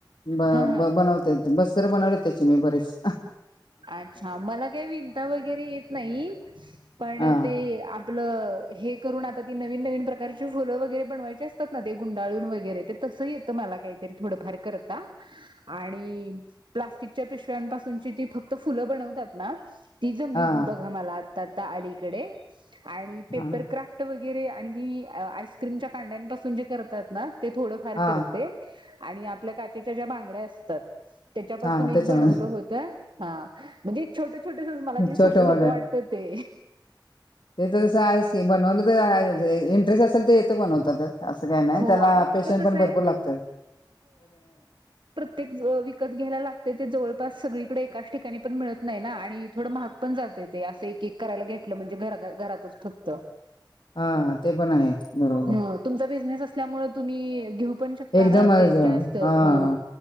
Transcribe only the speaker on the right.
हा हा
अच्छा मला काही विंता वगैरे येत नाही पण
ते आपलं हे करून आता ती नवीन नवीन प्रकारची फुलं वगैरे बनवायची असतात ना ते गुंडाळून वगैरे ते तसं येत- तुमला काही तरी थोडंफार करता.
आणि प्लास्टिकच्या पिशव्यांपासूनची ती फक्त फुलं बनवतात ना? ती जमली
बघा मला आता आता अलीकडे आणि पेपरक्राफ्ट
वगैरे आणि आईस्क्रीमच्या कांड्यांपासून जे करतात ना ते थोडंफार
करते. आणि आपल्या काचेच्या ज्या बांगड्या असतात त्याच्यापासून
एक
बनवलं होतं. हा म्हणजे छोट छोटस मला जे सोपं
सोप वाटतं ते.
हो
आणि त्याच
कसं
आहे
ते विकत घ्यायला लागते ते जवळपास सगळीकडे एकाच ठिकाणी पण मिळत नाही ना आणि थोडं महाग पण जाते ते असं एक एक करायला घेतटलं म्हणजे घ घरातच फक्त.
ह तुमचा बिझनेस असल्यामुळे तुम्ही घेऊ पण शकता
ना ते जास्त
ह